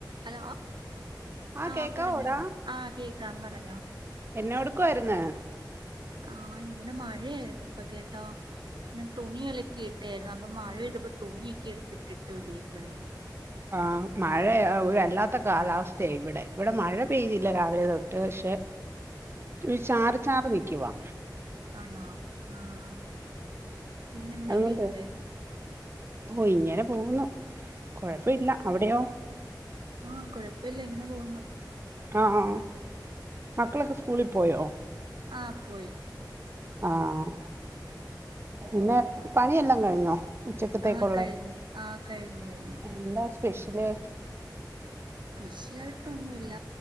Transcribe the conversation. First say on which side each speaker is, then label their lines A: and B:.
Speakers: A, on the right; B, on the right.
A: ഹലോ,
B: ആ
A: ആഹ്
B: കേക്കാവോടാ
A: പറഞ്ഞോ, ആഹ് കേക്കാം പറഞ്ഞോ.
B: എന്നാടുക്കുവായിരുന്ന്?
A: ആഹ് ഇവിടെ മഴയാരുന്നു ഇപ്പൊ കേട്ടോ ഞാൻ തുണി അലക്കി ഇട്ടായിരുന്നു, അപ്പൊ മഴ പെയ്തപ്പോ തുണിയൊക്കെ എടുത്തിട്ടിട്ട് ഇവിടിരിക്കുവായിരുന്നു.
B: ആഹ് മഴ ഒരു വല്ലാത്ത കാലാവസ്ഥയാ ഇവിടെ, ഇവിടെ മഴ പെയ്തില്ല രാവിലെ തൊട്ട് പക്ഷെ ഈ ചാറി ചാറി നിക്കുവാ.
A: ആണോ? ആഹ് പിന്നെ എന്തൊക്കെയുണ്ട്?
B: അതുകൊണ്ട് ഓ ഇങ്ങനെ പോവുന്നു, കൊഴപ്പില്ല, അവിടെയോ?
A: ആഹ് കുഴപ്പില്ല ഇങ്ങനെ പോകുന്ന്.
B: ആഹ് മക്കളൊക്കെ സ്കൂളിൽ പോയോ?
A: ആഹ് പോയി.
B: ആഹ് പിന്നെ പണിയെല്ലാം കഴിഞ്ഞോ? ഉ ച്ചക്കത്തേക്കൊള്ളേ?
A: ആ കഴിഞ്ഞ് ആ കഴിഞ്ഞ് കഴിഞ്ഞ്
B: എന്താ സ്പെഷ്യല്?
A: സ്പെഷ്യലായിട്ടൊന്നുല്ല,